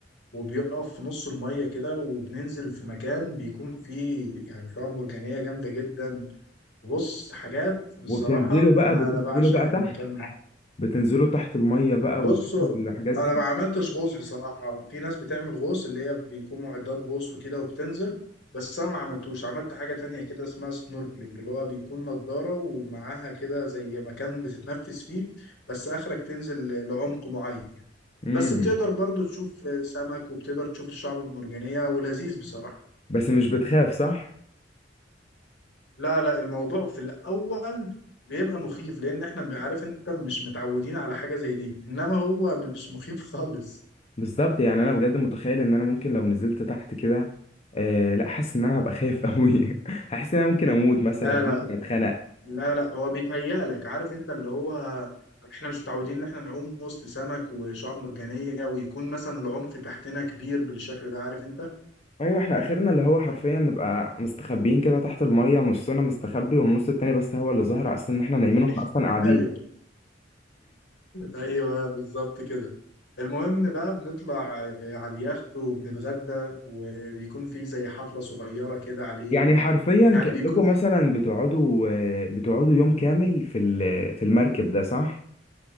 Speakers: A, on the left; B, on the left.
A: وبيقف في نص المية كده وبننزل في مكان بيكون فيه يعني شعاب مرجانية جامدة جدا بص حاجات بصراحة
B: وبتنزلوا بقى
A: أنا
B: بتنزلوا
A: أنا بعشق
B: بقى
A: المكان
B: تحت
A: ده
B: بتنزلوا تحت الميه بقى
A: بص
B: وتشوفوا الحاجات
A: انا
B: دي
A: ما عملتش غوص بصراحه في ناس بتعمل غوص اللي هي بيكون معدات غوص وكده وبتنزل بس انا ما عملتوش عملت حاجه تانية كده اسمها سنوركلينج اللي هو بيكون نضاره ومعاها كده زي مكان بتتنفس فيه بس اخرك تنزل ل- لعمق معين
B: امم
A: بس بتقدر برضو تشوف سمك وبتقدر تشوف الشعب المرجانيه ولذيذ بصراحه
B: بس مش بتخاف صح
A: لا لا الموضوع في الاول بيبقى مخيف لان احنا عارف انت مش متعودين على حاجه زي دي انما هو مش مخيف <laughs> خالص
B: بالظبط يعني انا بجد متخيل ان انا ممكن لو نزلت تحت كده آه لا حاسس ان انا هبقى خايف قوي <laughs> هحس ان انا ممكن اموت مثلا
A: لا
B: ممكن
A: لا
B: اتخنق
A: لا لا هو بيتهيأ لك عارف انت اللي هو احنا مش متعودين ان احنا نعوم وسط سمك وشعاب مرجانية ويكون مثلا العمق تحتنا كبير بالشكل ده عارف انت
B: ايوه احنا اخرنا اللي هو حرفيا نبقى مستخبيين كده تحت الميه نصنا مستخبي والنص التاني بس هو اللي ظاهر على اساس ان احنا نايمين
A: <laughs>
B: واحنا اصلا قاعدين
A: ايوه ايوه بالظبط كده المهم بقى بنطلع آه، على اليخت وبنتغدى وبيكون في زي حفلة صغيرة كده عليه
B: يعني
A: و...
B: حرفيا
A: يعني
B: كأنكم
A: بيكون يوم
B: مثلا بتقعدوا آه، بتقعدوا يوم كامل في ال- في المركب ده صح؟